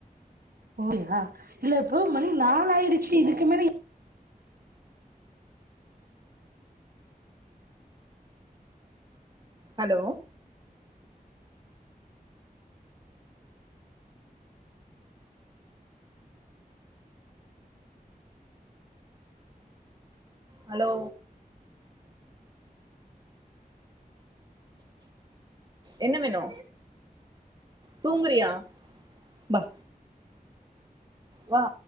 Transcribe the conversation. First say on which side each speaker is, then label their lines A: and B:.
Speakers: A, on the right; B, on the right.
A: ஓா இல்ல இப்போ மணி நாலாயிடுச் சு இதுக்கு மேல
B: ஹலோ ஹலோ என்ன வேணு தூங்குறியா வா வா